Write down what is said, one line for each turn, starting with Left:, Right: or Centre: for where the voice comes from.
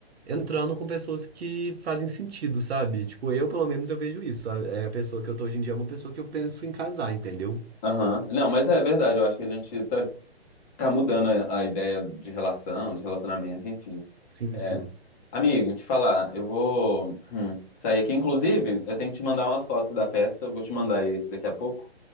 Right: entrando com pessoas que fazem sentido, sabe? Tipo, eu, pelo menos, eu vejo isso. A, é a pessoa que eu tô hoje em dia é uma pessoa que eu penso em casar, entendeu?
Left: Aham. Não, mas é verdade, eu acho que a gente tá, tá mudando a, a ideia de relação, de relacionamento, enfim.
Right: Sim,
Left: É.
Right: sim.
Left: Amigo, te falar, eu vou hum, sair aqui. Inclusive, eu tenho que te mandar umas fotos da festa, eu vou te mandar aí daqui a pouco.